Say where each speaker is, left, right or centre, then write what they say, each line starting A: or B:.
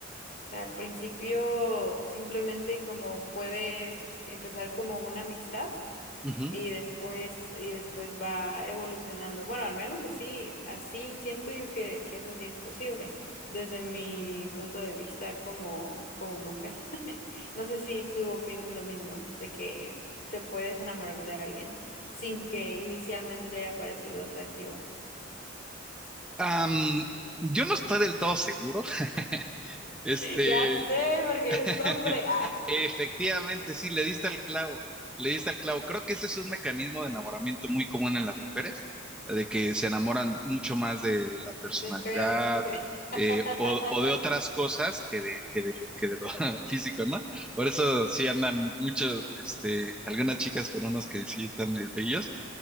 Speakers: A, on the left; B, in the centre.
A: O sea, al principio simplemente como puedes empezar como una amistad
B: Ujú.
A: y después, y después va evolucionando. Bueno, al menos así, así siento yo que, que eso sí es posible, desde mi punto de vista como, como mujer. <laughs> No sé si tú opinas lo mismo, de que te puedes enamorar de alguien sin que inicialmente te haya parecido atractiva. <laughs>
B: Am, yo no estoy del todo seguro. <laughs> Este,
A: Ya sé, porque eres
B: <laughs>
A: hombre. Ah,
B: Efectivamente, sí, le diste al clavo, le diste al clavo. Creo que ese es un mecanismo de enamoramiento muy común en las mujeres, de que se enamoran mucho más de la personalidad
A: de feos, sí. <laughs>
B: eh, o, o de otras cosas que de, que de lo, que de lo <laughs> físico, ¿no? Por eso sí andan muchos, este, algunas chicas con unos que sí están medio feillos,